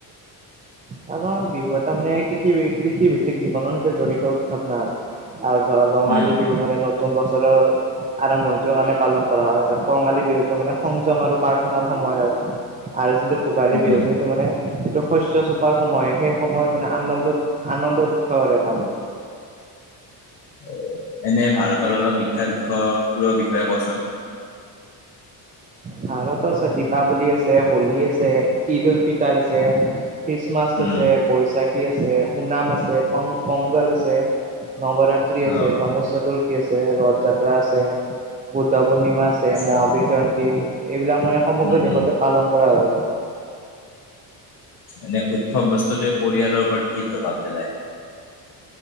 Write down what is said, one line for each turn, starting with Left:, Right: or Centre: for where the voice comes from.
Right: কাৰণ বিহু এটা মানে কৃষি কৃষি ভিত্তিক জীৱনৰ সৈতে জড়িত উৎসৱ ন। আৰু ধৰ ৰঙালী
Left: উম,
Right: বিহু মানে নতুন বছৰৰ। আৰম্ভণিটোৰ কাৰণে পালন কৰা হয় কঙালী বিহুতটো মানে সংযম আৰু প্ৰাৰ্থনাৰ সময়ত। আৰু যিটো ভোগালী
Left: উম,
Right: বিহুছে
Left: উম,
Right: সেইটো মানে শস্য চ। সময় সেই সময়ৰ মানে আনন্দত আনন্দত উৎসৱ আৰু এটা মানে।
Left: অ এনে ভাৰতৰ অলপ বিখ্যাত উৎসবোৰৰ বিষয়ে কচোন।
Right: ভাৰতত আছে দীপাৱলী আছে হোলী আছে ঈদ উল ফিতাৰ আছে। খ্ৰীষ্টমাছ
Left: উম,
Right: আছে বৈশাখ। আছে ঊনাম আছে পংগল আছে নৱৰাত্ৰি
Left: অ',
Right: আছে গনেশ চতুৰ্থী। আ ৰথ যাত্ৰা আছে বুদ্ধ পূৰ্ণিমা আছে
Left: আচ্ছা,
Right: মহাবীৰ জয়ন্তী এইবিলাক মানে। সমগ্ৰ
Left: উম,
Right: দেশতে
Left: উম,
Right: পালন কৰা হয় গ।
Left: মানে উৎসৱ বস্তুতে পৰিয়ালৰ ওপৰত কি প্ৰভাৱ পেলায়।